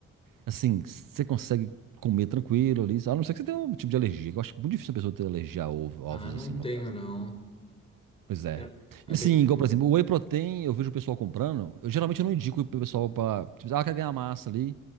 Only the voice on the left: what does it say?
Ah, não
tenho,
não.
É é
bem de
boa.